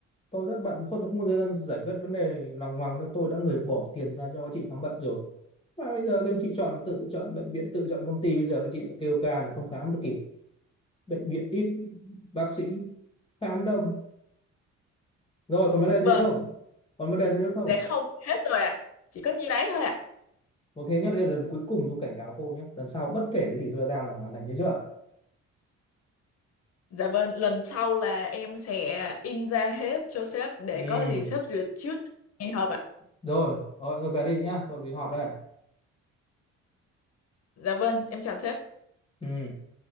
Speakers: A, on the left; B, on the left.
A: Tôi rất bận không tôi không có thời gian giải quyết vấn đề lằng ngoằng đâu. Tôi đã người bỏ tiền ra cho các chị khám bệnh rồi. Và bây giờ các anh chị chọn tự chọn bệnh viện tự chọn công ty bây giờ các chị lại kêu ca là không khám được kịp bệnh viện ít bác sĩ khám đông rồi còn vấn đề
B: vâng,
A: gì nữa không còn vấn đề gì nữa không
B: dạ không, hết rồi ạ. Chỉ có nhiêu đấy thôi ạ.
A: một thế nhá đây là lần cuối cùng tôi cảnh cáo cô nhé lần sau bất kể cái gì tôi đã giao là phải hoàn thành nhớ chưa
B: Dạ vâng, lần sau là em sẽ in ra hết cho sếp để
A: ừ
B: có gì sếp duyệt trước ngày họp ạ.
A: rồi rồi tôi về đi nhá tôi đi họp đây
B: Dạ vâng, em chào sếp.
A: ừ